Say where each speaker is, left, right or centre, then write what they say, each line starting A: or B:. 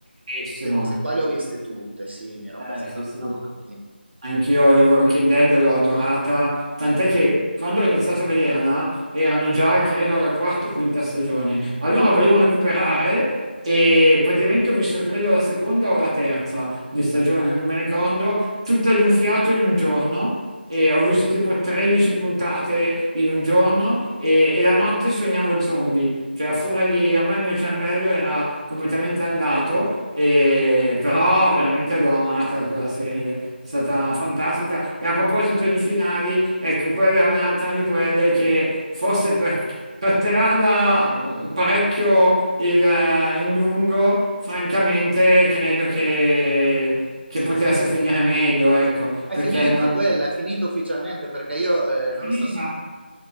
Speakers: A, on the right; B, on the right.
A: Bellissimo.
B: Queste cose qua le ho viste tutte, sì, mi ero appassionato
A: Eh, sì, sì.
B: da matti.
A: Anch'io The Walking Dead l'ho adorata, tant'è che quando ho iniziato a vederla erano già, credo, alla quarta o quinta stagione. Allora volevo recuperare e praticamente ho visto, credo, la seconda o la terza di stagione, non mi ricordo, tutta di un fiato in un giorno e ho visto tipo 13 puntate in un giorno e, e la notte sognavo zombie, cioè a furia di... ormai il mio cervello era completamente andato, e- però veramente l'ho amata quella serie, è stata fantastica. E a proposito di finali, ecco, quella è un'altra di quelle che forse per, per tirarla mh, parecchio il- eh, in lungo, francamente credo che che potesse finire meglio, ecco,
B: Ma
A: perché
B: È finita
A: non,
B: quella, è finita ufficialmente perché io eh,
A: è
B: non
A: finita.
B: lo so. se-